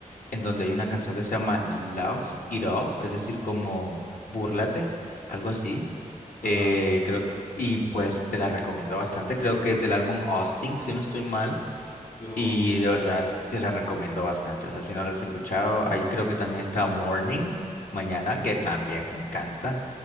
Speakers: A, on the left (about 80°); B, on the left (about 60°).
A: en donde hay una canción que se llama Laugh It Off, es decir, como búrlate, algo así
B: Ajá,
A: eh, creo, y pues te la recomiendo bastante. Creo que es del álbum Austin, si no estoy mal.
B: lo vamos
A: Y
B: así.
A: de verdad te la recomiendo bastante. O sea, si no la has escuchado, ahí creo que también está Morning, mañana, que también me encanta.